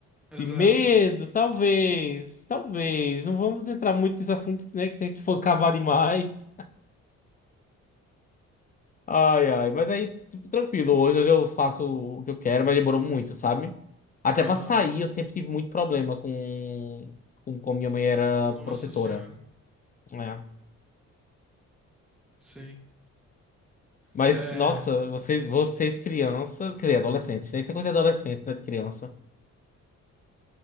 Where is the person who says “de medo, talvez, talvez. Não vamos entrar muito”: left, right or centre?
Left